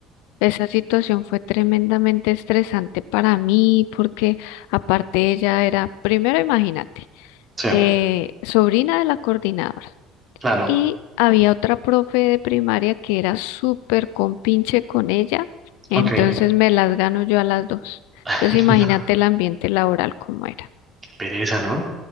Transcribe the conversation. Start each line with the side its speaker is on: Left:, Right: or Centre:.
Left: esa situación fue tremendamente estresante para mí porque aparte ella era, primero imagínate,
Right: Sí,
Left: eh, sobrina de la coordinadora
Right: claro.
Left: y había otra profe de primaria que era súper compinche con ella, entonces
Right: Ok.
Left: me las gano yo a las dos. Entonces
Right: <laughs>
Left: imagínate el ambiente laboral como era,
Right: Qué pereza, ¿no?